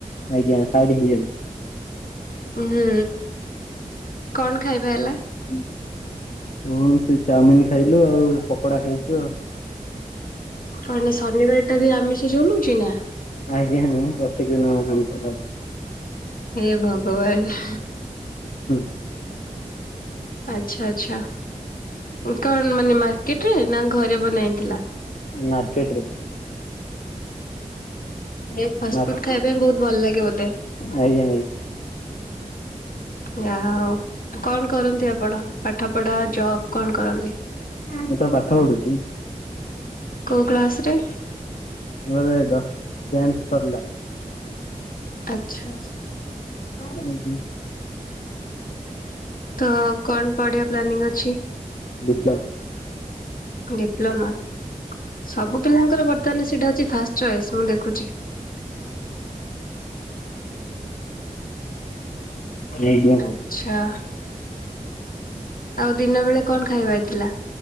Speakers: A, on the left (about 65°); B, on the left (about 85°).
A: ଆଜ୍ଞା ସାଇଡ୍ ହେଇଯାଉଛି।
B: ହୁଁ କଣ ଖାଇବା ହେଲା?
A: ହୁଁ ହୁଁ ସେ ଚାଉମିନ ଖାଇଲୁ ଆଉ ପକୋଡା ଖାଇଛୁ ଆଉ।
B: କଣ ନା ଶନିବାର ଟା ବି ଆମିଶ ଚଲୁଛି ନା?
A: ଆଜ୍ଞା ହଁ ପ୍ରତ୍ୟେକ ଦିନ ଆମିଷ।
B: ହେ ଭଗବାନ।
A: ହୁଁ।
B: ଆଚ୍ଛା ଆଚ୍ଛା। କଣ ମାନେ ମାର୍କେଟ ରେ ନା ଘରେ ବନା ହେଇଥିଲା?
A: ମାର୍କେଟ ରେ।
B: ଏ ଫାଷ୍ଟ
A: ମାର୍କେ
B: ଫୁଡ୍ ଖାଇବା ପାଇଁ ବହୁତ ଭଲ ଲାଗେ ବୋଧେ?
A: ଆଜ୍ଞା ନାଇଁ।
B: ଯାହା ହଉ କଣ କରନ୍ତି ଆପଣ ପାଠ ପଢା ଜବ କଣ କରନ୍ତି?
A: ଆଜ୍ଞା ମୁଁ ତ ପାଠ ପଢୁଛି।
B: କୋଉ କ୍ଲାସ ରେ?
A: ମୋର ଏବେ ଜଷ୍ଟ୍ ତେନ୍ଥ ସରିଲା।
B: ଆଚ୍ଛା ଆ।
A: ହ ହ
B: ତ କଣ ପଢ଼ିବା ପ୍ଲାନିଂ ଅଛି?
A: ଡିପ୍ଲୋମା।
B: ଡିପ୍ଲୋମା? ସବୁ ପିଲାଙ୍କର ବର୍ତ୍ତମାନ ସେଟା ହଉଛି ଫାଷ୍ଟ ଚଏସ୍ ମୁଁ ଦେଖୁଛି।
A: ଆଜ୍ଞା
B: ଆଛା ଆଉ ଦିନ ବେଳେ କଣ ଖାଇବା ହେଇଥିଲା?